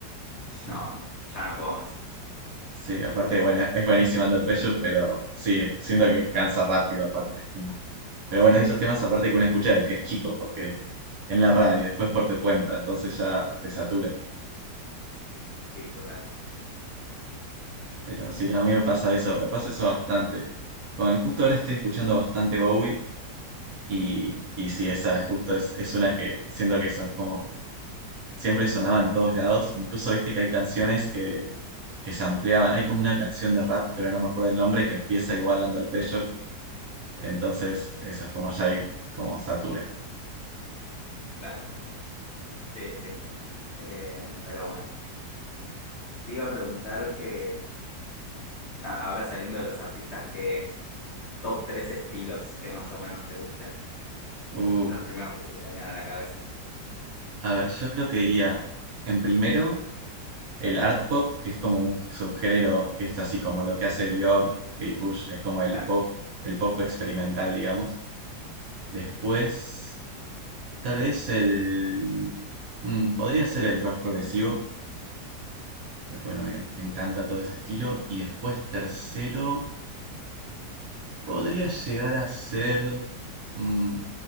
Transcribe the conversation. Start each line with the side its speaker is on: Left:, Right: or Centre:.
Right: sí,
Left: no, no, ya no puedo más.
Right: sí, aparte, bueno, es buenísimo Under Pressure, pero sí, es- siento que cansa rápido, aparte. es como... Pero
Left: <laughs>
Right: bueno, es de esos temas aparte que uno escucha desde que es chico, porque en la radio, después por tu cuenta, entonces ya te satura.
Left: Sí, sí, total,
Right: Pero sí, no, a mí me pasa eso, me pasa eso bastante. Con, justo ahora estoy escuchando bastante Bowie Y, y sí, esa justo es, es una que siento que eso es como siempre sonaba en todos lados. Incluso viste que hay canciones que, que se ampliaban. Hay como una canción de rap, que ahora no me acuerdo el nombre, que empieza igual Under Pressure. Entonces, eso es como ya hay, como satura.
Left: claro, sí, sí. Eh, pero bueno, te iba a preguntar que ahora saliendo de los artistas que top tres estilos que más o menos te gusten.
Right: Uh,
Left: Los primeros que se te vengan a la cabeza.
Right: a ver, yo creo que diría, en primero. el art pop, que es como un subgénero que es así como lo que hace Björk, Kate Bush, es como el
Left: Claro.
Right: pop, el pop experimental, digamos. Después, tal vez el... mm, podría ser el rock progresivo, porque bueno, me, me encanta todo ese estilo. Y después, tercero, podría llegar a ser... mm,